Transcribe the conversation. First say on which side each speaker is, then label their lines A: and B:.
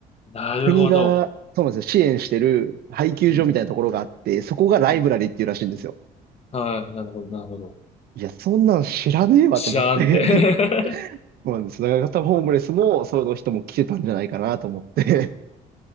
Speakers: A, on the left; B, on the right.
A: なるほど。
B: 国が、そうなんですよ、支援してる配給所みたいなところがあって、
A: うん、
B: そこがライブラリーっていうらしいんですよ。
A: うん、はい、なるほど、なるほど。
B: いや、そんなん知らねえわと思って。
A: 知らんって。<laughs>
B: <laughs> そうなんです。だから多分ホームレスも、その人も来てたんじゃないかなと思って。